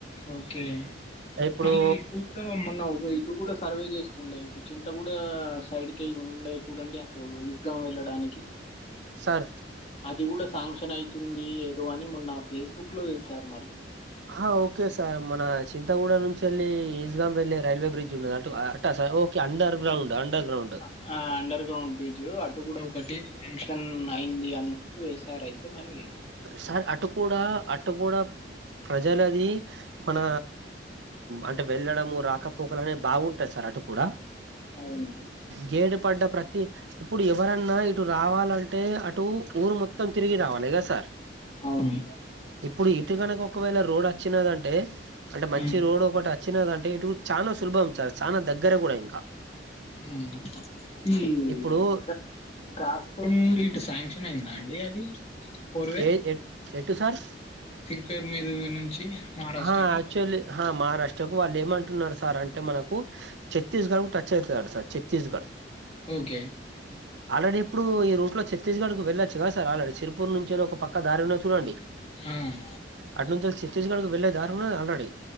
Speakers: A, on the left; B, on the right.
A: ఓకే
B: ఇప్పుడు
A: మళ్లి ఇప్పుడు మొన్న ఒక ఇటు కూడ సర్వే చేస్తుండే ఇప్పుడు చింతగుడ సైడ్ కెయ్ ఉండే చూడండి అ ఇటు ఈజ్ గామ్ వెళ్ళడానికి
B: సార్
A: అది గుడ శాంక్షన్ అయితుంది ఏదో అని మొన్న ఫేస్బుక్ లో వేసారు మరి.
B: హా ఓకే సార్ మన చింతగూడ నుంచెళ్లి ఈజ్ గామ్ వెళ్లే రైల్వే బ్రిడ్జ్ ఉన్నది అటు ఆ ట sir okay underground underground
A: అ ఆ అండర్ గ్రౌండ్ బ్రిడ్జ్ అటు గుడ ఒకటి స్టేషన్ అయింది అన్న వెయ్యి సారయితే మరి
B: సార్ అటు కూడా అటు కూడా ప్రజలది, మన అంటే వెళ్ళడము రాకపోకలు అనే బాగుంటాయి సార్ అటు కూడా,
A: అరావును
B: గేడు పడ్డ ప్రతి, ఇప్పుడు ఎవరన్నా ఇటు రావాలంటే అటు ఊరు మొత్తం తిరిగి రావాలిగా సార్
A: అవునుమీ,
B: ఇప్పుడు ఇటు కనుక ఒకవేళ రోడ్ వచ్చినదంటే అంటే మంచి
A: ఉమ్.
B: రోడ్ ఒకటి, చిన్నంటే ఇటు చాలా సులభం చారు చాలా దగ్గరే కూడా ఇంకా,
A: <inaudible> ఇంకా
B: ఇప్పుడు
A: కాసుకోండి ఇటు శాంక్షన్ అయిందా అండి అది, పూర్వే
B: ఏ ఎ- ఎటు సార్
A: తిరుపేరు మీద నుంచి మహారాష్ట్రకు,
B: ఆ, యాక్చువల్లీ ఆ మహారాష్ట్రకు వాళ్ళు ఏమంటున్నారు సార్ అంటే మనకు, ఛత్తీస్గడ్ టచ్ అవుతు సార్ ఛత్తీస్గడ్,
A: ఓకే
B: ఆల్రెడీ ఇప్పుడు ఈ రూట్ లో చతిస్గడ్కి వెళ్లచ్చు కద సార్ ఆల్రెడీ చిర్పూర్ నుంచి, తేరో ఒక పక్క దారి ఉన్నా చూడండి.
A: హ్మ్
B: అటు నుంచి ఛత్తీస్గడ్కి వెళ్లేే దారే ఉన్నది ఆల్రెడీ,